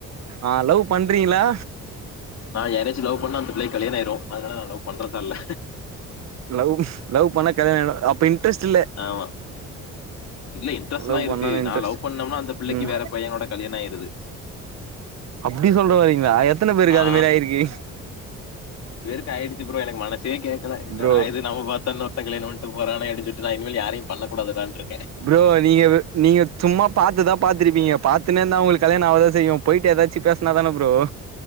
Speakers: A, on the right; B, on the left.
A: ஆ லவ் பண்றீங்களா
B: நா யாராச்சும் லவ் பண்ணா அந்த புள்ளைக்கு கல்யாணோ ஆயிடு அதனால நா லவ் பண்றதா இல்ல
A: லவ் லவ் பண்ண கல்யாணோ ஆயிடு அப்போ இன்டரஸ்ட் இல்ல
B: ஆமா இல்ல இட்ரெஸ்லா
A: லவ்
B: இருக்கு
A: பண்ணனு இன்ட்ரெஸ்ட்
B: நா லவ் பண்ணோம்னா அந்த புள்ளைக்கு
A: ம்
B: வேற பையனோட கல்யாணோ ஆயிருது
A: அப்டி சொல்ல வரீங்களா எத்தன பேருக்கு
B: ஆ
A: அது மாரி ஆயிருக்கு
B: <unintelligible> ஆயிடுசு ப்ரோ எனக்கு மனசே கேக்கல என்னடா
A: ப்ரோ
B: இது நம்ம பாத்தா இன்னொருத்த கல்யாணோ பண்ணட்டு போறானே அப்டின் ட்டுரா இனிமே யாரையு பண்ணக்கூடாதுடான்று
A: ப்ரோ நீங்க நீங்க சும்மா பாத்து தா பாத்துருப்பீங்க பாத்துன்னே இருந்தா அவங்களுக்கு கல்யாணோ ஆக தா செய்யு போயிட்டு ஏதாச்சும் பேசுனா தானே ப்ரோ